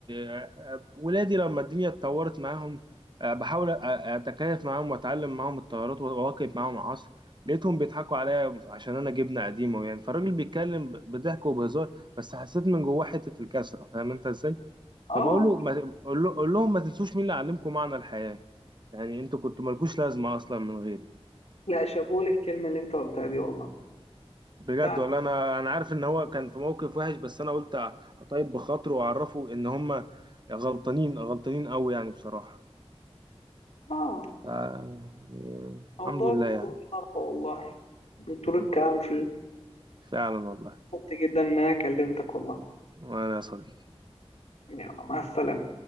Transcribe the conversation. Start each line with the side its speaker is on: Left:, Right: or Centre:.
Right: آه، آه، ولادي لما الدنيا اتطورت معاهم آه، بحاول أ- اتكيف معاهم واتعلم معاهم التغيرات واواكب معاهم العصر لقيتهم بيضحكوا عليا عشان انا جبنه قديمه يعني فالراجل بيتكلم ب- بضحك وبهزار بس حسيت من جواه حته الكسره فاهم انت ازاي
Left: اه
Right: فبقول له ما قول له- قول لهم ما تنسوش مين اللي علمكم معنى الحياة يعني انتوا كنتوا مالكوش لازمة اصلا من غيري
Left: لا شابوه للكلمة اللي انت قلتها دي والله
Right: بجد
Left: فعلا
Right: ولا انا انا عارف ان هو كان في موقف وحش بس انا قلت اطيب بخاطره واعرفه ان هم غلطانين غلطانين قوي يعني بصراحة
Left: اه
Right: ف يعني
Left: موضوع
Right: الحمد لله
Left: بيقول
Right: يعني
Left: شرحه والله بطول
Right: <laughs>
Left: الكلام فيه
Right: فعلا والله
Left: مبسوط جدا ان انا كلمتك والله
Right: وانا يا صديقي
Left: يلا مع السلامة